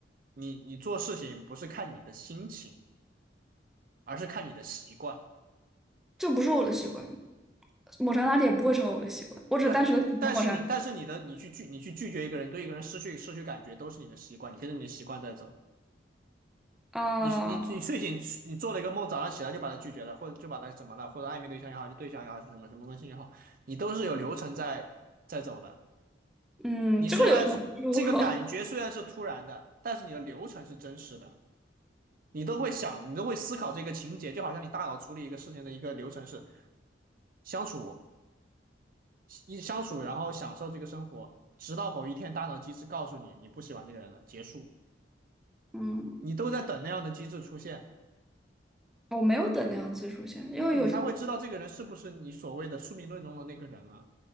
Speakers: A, on the right; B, in the centre.
A: 你你做事情不是看你的心情，而是看你的习惯。
B: 这不是我的习惯，抹茶拿铁不会成为我的习惯，我只是单纯的喜欢抹茶
A: 对，但是你但是你的你去拒你去拒绝一个人，对一个人失去失去感觉，都是你的习惯，你跟着你的习惯在走。
B: 啊、
A: 你你你睡醒，你做了一个梦，早上起来就把他拒绝了，或者就把他怎么了，或者暧昧对象也好，就对象也好，是什么什么关系也好，你都是有流程在在走的。
B: 嗯，
A: 你虽然这个感觉虽然是突然的，
B: 这个有什么？<laughs> 我
A: 但是你的流程是真实的，你都会想，你都会思考这个情节，就好像你大脑处理一个事情的一个流程是相处一相处，然后享受这个生活，直到某一天大脑机制告诉你你不喜欢这个人了，结束，
B: 嗯，
A: 你都在等那样的机制出现，
B: 我没有等那样技术线，因为有些
A: 因为你才会知道这个人是不是你所谓的宿命论中的那个人啊，